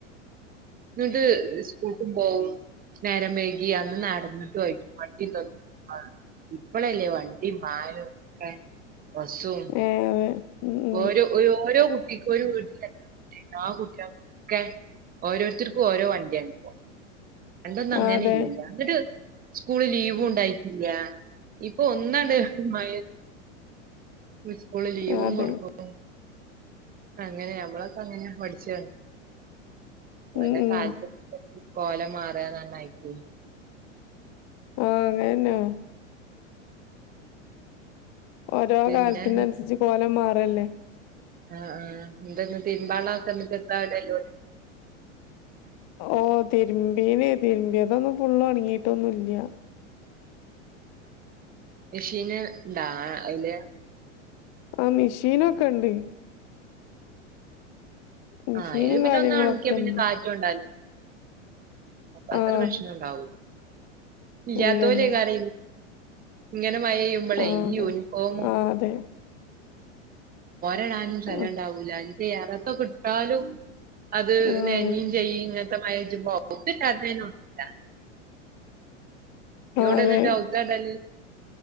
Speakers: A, on the right (about 25°); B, on the left (about 45°).
A: ഇന്നിട്ട് സ്കൂൾക്കും പോവും നേരം വെയ്കി അന്ന് നടന്നിട്ടു <unintelligible> ഇപ്പളല്ലേ വണ്ടിം വാഹനൊക്കെ വസ്സും
B: ഏഹ് അതെ ഉം ഉം
A: ഓരോ ഒര് ഓരോ കുട്ടിക്കും ഒരു വീടി <unintelligible> ആ കുട്ടികൾ ഒക്കെ ഓരോരുത്തർക്കും ഓരോ വണ്ടിയാണ് ഇപ്പോ പണ്ടൊന്നും അങ്ങന
B: ആഹ് അതെ
A: ഇല്ലല്ല എന്നിട്ട് സ്കൂള് ലീവും ഉണ്ടായിട്ടില്ല ഇപ്പൊ ഒന്നാണ്ട് മ സ്തൂളിൽ ലിവും
B: ആഹ് അതെ
A: കൊടുക്കും ക്കും അങ്ങനെ നമ്മളൊക്കെ അങ്ങനെ പഠിച്ചു ഓരേ
B: ഉം ഉം
A: കാഴ് കോലം മാറ നന്നായിട്ട്
B: ആഹ് അങ്ങനെന്നെ ഓരോ
A: പിന്നെ
B: കാലത്തിന്റെ അനുസരിച്ച് കോലം മാറല്ലേ
A: ആഹ് ആ എന്തന്ന തിരുമ്പാളക്കന്നിട്ട എന്താണ്ടല്ലോ
B: ഓ തിരുമ്പീനെ തിരുമ്പി അതൊന്നും ഫുള്ള് ഒണങ്ങീട്ടൊന്നും ഇല്ല
A: മെഷീന് ഇണ്ടാ അതില്
B: ആ മെഷീനൊക്കെ ഇണ്ട് മെഷീനും
A: ആഹ് അതില് പിന്നെ
B: കാര്യങ്ങളൊക്കെ
A: ഒന്ന് ഉണക്കിയ പിന്നെ
B: ഇണ്ട്
A: കാറ്റ് കൊണ്ടാലും മതി അത്ര
B: ആഹ്
A: പ്രശ്നം ഉണ്ടാവൂ ഇല്ലാത്തോര്
B: ഇല്ലല്ല
A: കര ഇങ്ങനെ മഴ പെയ്യുമ്പോഴേ
B: ആഹ്
A: ഈ
B: അതെ
A: യൂണിഫോമും
B: ആഹ് അതെ
A: ഇടാനും സ്ഥലം
B: ആഹ്
A: ഉണ്ടാവില്ല എറയത്തൊക്കെ ഇട്ടാലും അത്
B: ആഹ്
A: നനയൊ
B: അതെ
A: ചെയ്യും ജ ബോത്ത കാത ന <unintelligible>
B: ആഹ്
A: എവിടെ
B: അതെ
A: എന്നിട്ട് ഔത്താറ